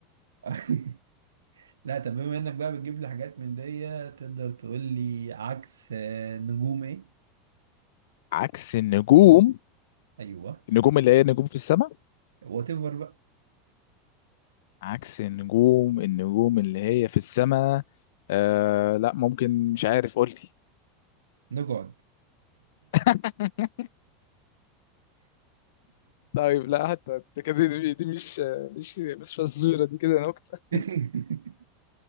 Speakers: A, on the right (about 80°); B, on the left (about 70°).
A: <laughs> لا طب بما إنك بقى بتجيب لي حاجات من دي تقدر تقول لي عكس آه، نجوم إيه؟
B: عكس النجوم
A: أيوه
B: النجوم اللي هي نجوم في السماء
A: وات ايفر بقى
B: عكس النجوم النجوم اللي هي في السماء آه لا ممكن مش عارف قول لي
A: نقعد
B: <laughs> طيب لا حتى دي كده دي, دي مش مش مش فزورة دي كده نكتة
A: <laughs>
B: <laughs>